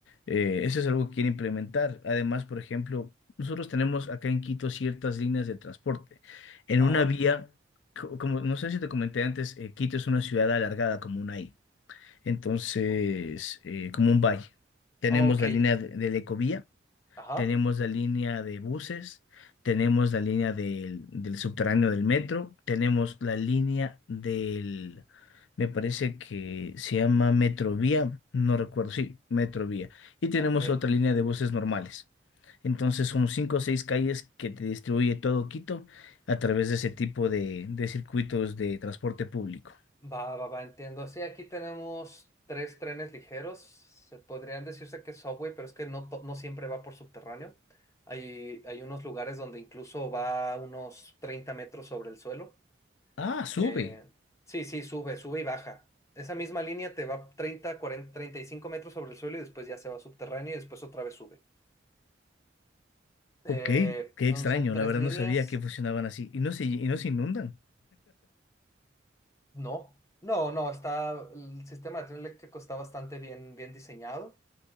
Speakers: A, on the left; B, on the left.
A: eh, eso es algo que quiere implementar. Además, por ejemplo, nosotros tenemos acá en Quito ciertas líneas de transporte. En
B: Ajá.
A: una vía, co- como no sé si te comenté antes, eh, Quito es una ciudad alargada como una I. Entonces,
B: Ok.
A: eh, como un valle. Tenemos
B: Ok.
A: la línea de, de la Ecovía,
B: Ajá.
A: tenemos la línea de buses, tenemos la línea del, del subterráneo del metro, tenemos la línea del, me parece que se llama Metrovía, no recuerdo, sí, Metrovía. Y tenemos
B: Ok.
A: otra línea de buses normales. Entonces son cinco o seis calles que te distribuye todo Quito a través de ese tipo de, de circuitos de transporte público.
B: Va, va, va, entiendo. Sí, aquí tenemos tres trenes ligeros. Se podrían decirse que es subway, pero es que no, to- no siempre va por subterráneo. Hay, hay unos lugares donde incluso va unos 30 metros sobre el suelo.
A: Ah, sube.
B: Eh, sí, sí, sube, sube y baja. Esa misma línea te va treinta cuarenta treinta y cinco metros sobre el suelo y después ya se va subterráneo y después otra vez sube. Eh,
A: Ok, qué
B: son,
A: extraño,
B: son tres
A: la verdad
B: líneas.
A: no sabía que funcionaban así y no se, y no se inundan.
B: No, no, no, está, el sistema de tren eléctrico está bastante bien, bien diseñado.